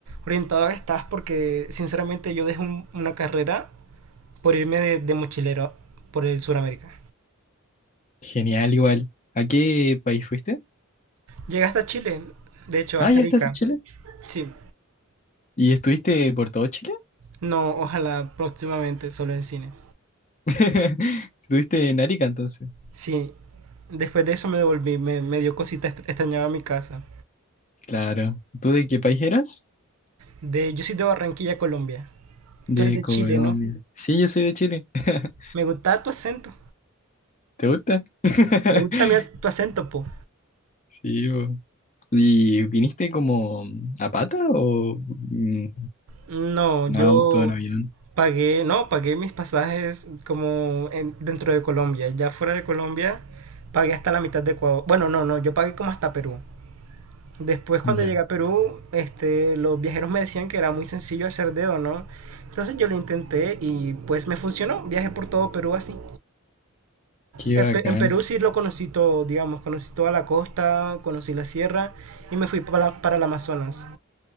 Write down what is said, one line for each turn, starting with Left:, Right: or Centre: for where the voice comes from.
Right: orientado que estás porque sinceramente yo dejé un- una carrera por irme de, de mochilero por el Suramérica.
Left: Genial, igual. ¿A qué país fuiste?
Right: Llegué hasta Chile, de hecho,
Left: Ah,
Right: hasta
Left: ya
Right: Arica.
Left: estás en Chile.
Right: Sí,
Left: ¿Y estuviste por todo Chile?
Right: no, ojalá próximamente, solo en cines.
Left: <laughs> Estuviste en Arica entonces.
Right: Sí, después de eso me devolví, me, me dio cosita, est- extrañaba mi casa.
Left: Claro. ¿Tú de qué país eras?
Right: De, yo soy de Barranquilla, Colombia.
Left: De
Right: Tú eres de
Left: Colombia.
Right: Chile, ¿no?
Left: Sí, yo soy de Chile. <laughs>
Right: Me gustaba tu acento.
Left: ¿Te gusta? <laughs>
Right: Me gusta mi ac- tu acento, po.
Left: Sí, po. ¿Y viniste como a pata o mm,
Right: No,
Left: en
Right: yo
Left: auto, en avión?
Right: pagué, no, pagué mis pasajes como en- dentro de Colombia. Ya fuera de Colombia, pagué hasta la mitad de Ecuador. Bueno, no, no, yo pagué como hasta Perú. Después cuando
Left: Ya.
Right: llegué a Perú, este, los viajeros me decían que era muy sencillo hacer dedo, ¿no? Entonces yo lo intenté y pues me funcionó. Viajé por todo Perú así.
Left: Qué
Right: En
Left: bacán.
Right: Pe- en Perú sí lo conocí todo, digamos, conocí toda la costa, conocí la sierra y me fui pa la- para el Amazonas.